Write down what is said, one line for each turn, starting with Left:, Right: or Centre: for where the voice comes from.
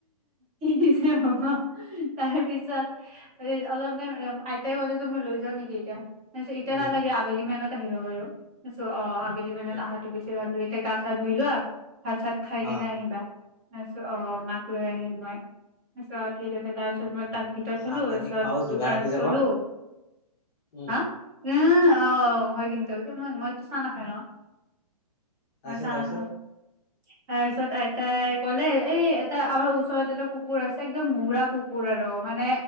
Right: কি যে হ'ব তাৰ পিছত অলপ টাইম আইতাই কলে যে মই লৈ যাও নেকি এতিয়া। মই কৈছোঁ এতিয়া
Left: উম
Right: নালাগে আবেলি মানত আহিব বাৰু ছ অ বেলি মানত
Left: হয় নেকি
Right: অহাটো বেছ ভাল লাগে। তে গা চা ধুই লোৱা। ভাত চাত খাই কেনে
Left: অ
Right: আহিবা। মই কৈছো অ মাক লৈ আহিম মই। কৈছে অ ঠিক আছে। তাৰ পিছত মই
Left: বঢ়িয়াকে
Right: তাক ভিতৰত থলো।
Left: চাহ পানী
Right: তাৰপিছত
Left: খোৱাও যোগাৰ
Right: দোকানত
Left: হৈ যাব।
Right: গলো।
Left: উম।
Right: হা, উ, অ হয় কিন্তু। <unintelligible> চ ন খাই ন?
Left: তাৰপিছত
Right: ম চা
Left: তাৰপিছত
Right: নাখাওঁ। তাৰপিছত আইতাই ক'লে এই এটা আমাৰ ওচৰত এটা কুকুৰ আছে একদম বুঢ়া কুকুৰ আৰু মানে